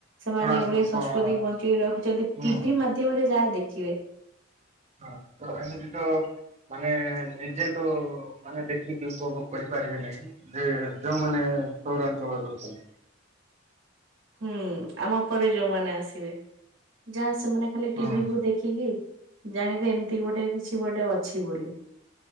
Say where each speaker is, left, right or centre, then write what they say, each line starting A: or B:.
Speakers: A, on the right (about 70°); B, on the right (about 35°).
A: ସେମାନେ
B: ହୁଁ
A: ଓଡିଆ
B: କଳା
A: ସଂସ୍କୃତି ବଞ୍ଚି ରଖିଛନ୍ତି
B: ହୁଁ।
A: ଟିଭି ମାଧ୍ୟମରେ ଯାହା ଦେଖିବେ
B: ହଁ ତ ଏମିତି ତ ମାନେ ନିଜେ ତ ମାନେ ଦେଖିକି ଉପଭୋଗ କରି ପାରିବି ନାହିଁ ଯେ ଯୋଉମାନେ ପୌରାଞ୍ଚଳରେ ଅଛନ୍ତି।
A: ହ ହୁଁ ଆମ ପରେ ଯୋଉମାନେ ଆସିବେ ଯାହା ସେମାନେ ଖାଲି
B: ହଁ
A: ଟିଭିକୁୁ ଦେଖିକି ଜାଣିବେ ଏମିତି ଗୋଟେ କିଛି ଗୋଟେ ଅଛି ବୋଲି